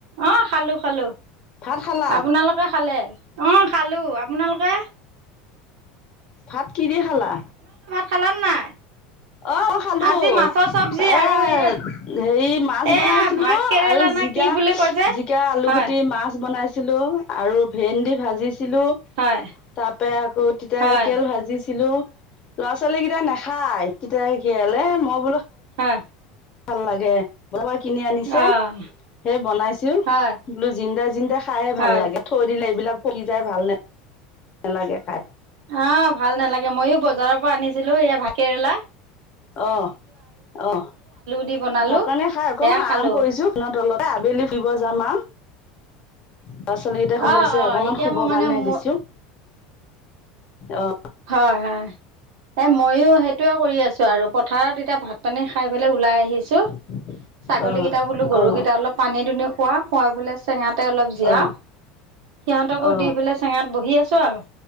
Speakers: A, on the right; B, on the left.
A: অঁহ। খালো-খালো।
B: ভাত খালা
A: আপোনালোকে খালে? অ খালো, আপোনালোকে?
B: ভাত কি দি খালা?
A: খালা নাই?
B: অ খালো,
A: আজি
B: এ
A: মাছৰ চব্জি
B: হেৰি
A: আৰু এই
B: মাছ
A: এয়া
B: বনাইছিলো
A: ভাত কেৰেলা
B: আৰু
A: নে
B: জিকা,
A: কি বুলি কয় যে
B: জিকা, আলুগুটি,
A: হয়
B: মাছ বনাইছিলো আৰু ভেন্দি ভাজি ছিলো
A: হয়
B: তাৰ পৰা আকৌ তিতাকেৰেলা
A: হয়
B: ভাজিছিলো। ল'ৰা-ছোৱালীকেইটা নাখায় তিতাকেৰেলা এ মোক
A: হা
B: ভাল লাগে বজাৰ পৰা কিনি আনিছে।
A: অ
B: সেই বনাইছো
A: হয়
B: বোলো জিন্দা-জিন্দা খাইহে ভাল
A: হয়
B: লাগে থৈ দিলে এইবিলাক পকি যায় ভাল নালাগে খাই।
A: অ ভাল নালাগে ময়ো বজাৰৰ পৰা আনিছিলো এইয়া ভাতকেৰেলা।
B: অ! অ!
A: দি বনালো
B: ভাত-পানী খাই অকনমান
A: সেয়া খালো
B: আৰাম কৰিছোঁ ফেনৰ তলতে আজি আবেলি ফুৰিব যাম আও ল'ৰা-ছোৱালীকেইটা শুই
A: অ
B: আছে,
A: অ
B: অকনমান
A: এতিয়া
B: শুবৰ
A: মোৰ মানে
B: কাৰণে
A: ম
B: দিছো অঁ
A: হয়-হয়। এ মইয়ো সেইটোৱেই কৰি আছো আৰু পথাৰত এতিয়া ভাত-পানী খাই পেলাই ওলাই আহিছোঁ।
B: <inaudible>
A: ছাগলীকেইটা বোলো, গৰুকেইটা
B: অ
A: অলপ পানী-দুনি খুৱাও, খুৱাই পেলাই চেঙাতে অলপ জিৰাও
B: অ অ
A: সিহঁতকো
B: অ
A: দি পেলাই, চেঙাত বহি আছো আও